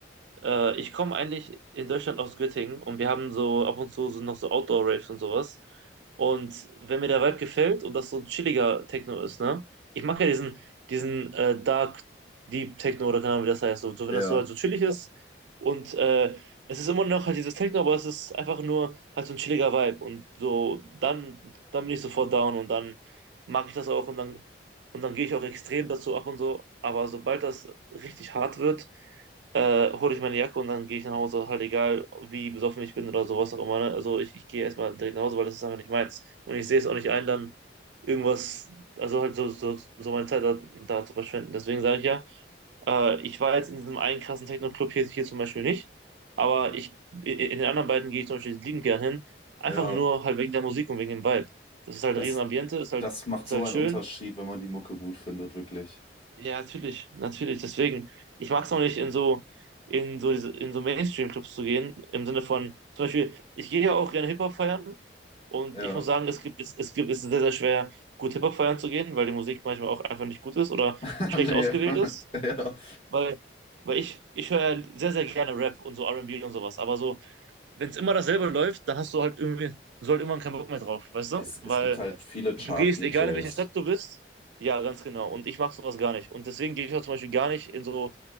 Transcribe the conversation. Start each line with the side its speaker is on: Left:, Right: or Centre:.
Right: Äh, ich komme eigentlich in Deutschland aus Göttingen und wir haben so ab und zu so noch so Outdoor-Raves und sowas. Und wenn mir der Vibe gefällt und das so ein chilliger Techno ist, ne? Ich mag ja diesen, diesen äh, Dark Deep Techno oder keine Ahnung, wie das heißt. So, so
Left: Ja,
Right: wenn das so halt so chillig ist und äh, es ist immer noch halt dieses Techno, aber es ist einfach nur halt so ein chilliger Vibe und so dann dann bin ich sofort down und dann mag ich das auch und dann und dann gehe ich auch extrem dazu ab und so. Aber sobald das richtig hart wird äh, hole ich meine Jacke und dann gehe ich nach Hause, halt egal, wie besoffen ich bin oder sowas auch immer. Ne? Also ich, ich gehe erstmal direkt nach Hause, weil das ist einfach nicht meins. Und ich sehe es auch nicht ein, dann irgendwas, also halt so, so, so meine Zeit da, da zu verschwenden. Deswegen sage ich ja, äh, ich war jetzt in diesem einen krassen Techno-Club hier, hier zum Beispiel nicht, aber ich, in in den anderen beiden gehe ich zum Beispiel liebend gern hin, einfach
Left: ja.
Right: nur halt wegen der Musik und wegen dem Vibe. Das ist halt
Left: Das,
Right: ein riesen Ambiente, ist halt,
Left: das macht
Right: ist
Left: so
Right: halt
Left: einen
Right: schön
Left: Unterschied, wenn man die Mucke gut findet, wirklich.
Right: ja, natürlich, natürlich. Deswegen, ich mag es auch nicht, in so, in so, diese- in so Mainstream-Clubs zu gehen, im Sinne von, zum Beispiel, ich gehe ja auch gerne Hip-Hop feiern und
Left: Ja.
Right: ich muss sagen, es gibt, es, es gibt, es ist sehr, sehr schwer, gut Hip-Hop feiern zu gehen, weil die Musik manchmal auch einfach nicht gut ist oder
Left: <laughs>
Right: schlecht
Left: Nee.
Right: ausgewählt
Left: <laughs>
Right: ist,
Left: Ja.
Right: weil, weil ich, ich höre ja sehr, sehr gerne Rap und so R&B und B und sowas, aber so, wenn es immer dasselbe läuft, dann hast du halt irgendwie, so halt irgendwann keinen Bock mehr drauf, weißt du?
Left: Es, es
Right: Weil
Left: gibt halt viele Chart-DJs.
Right: Du gehst, egal in welche Stadt du bist, ja, ganz genau. Und ich mache sowas gar nicht. Und deswegen gehe ich auch zum Beispiel gar nicht in so